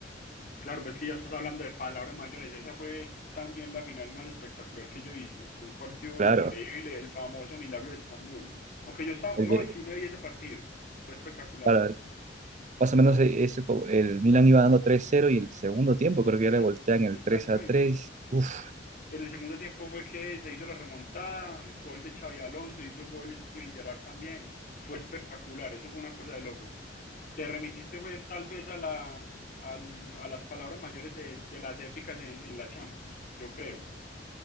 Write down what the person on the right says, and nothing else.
claro,
el
de-
claro, más o menos e- ese, co- el Milan iba dando tres cero y el segundo tiempo
creo que ya le voltean el
3-3, uff,